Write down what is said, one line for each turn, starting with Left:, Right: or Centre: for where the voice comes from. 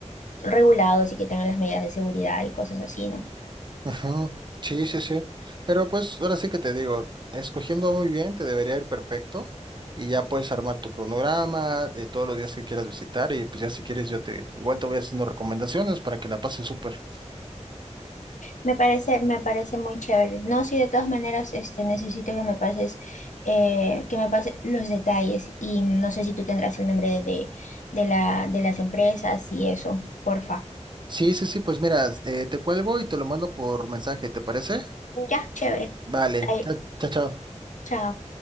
Left: regulados y que tengan las medidas de seguridad y cosas así, ¿no?
Right: Ujú, Sí, sí, sí. Pero pues ahora sí que te digo, escogiendo muy bien te debería ir perfecto y ya puedes armar tu cronograma de todos los días que quieras visitar y pues ya si quieres yo te igual te voy haciendo recomendaciones para que la pases súper.
Left: Me parece, me parece muy chévere. No, sí, de todas maneras, este, necesito que me pases, eh, que me pases los detalles y no sé si tú tendrás el nombre de, de, de la, de las empresas y eso, porfa.
Right: Sí, sí, sí, pues mira, eh, te cuelgo y te lo mando por mensaje, ¿te parece?
Left: Ya, chévere.
Right: Vale,
Left: Ahí,
Right: chao, chao. chao.
Left: chao.